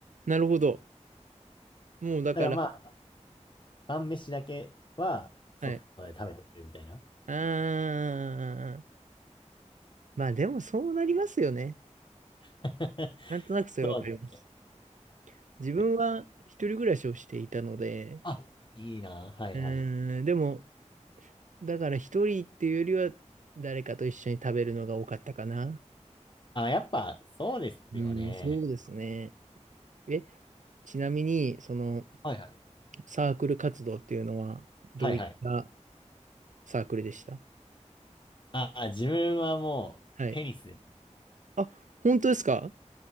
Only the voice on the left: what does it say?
だからまあ、晩飯だけは外で食べてくるみたいな。
<laughs>
そうです
ね。あ、いいな。はいはい。
あ、やっぱそうですよね。
はいはい。
はいはい。
あ、自分はもうテニスで。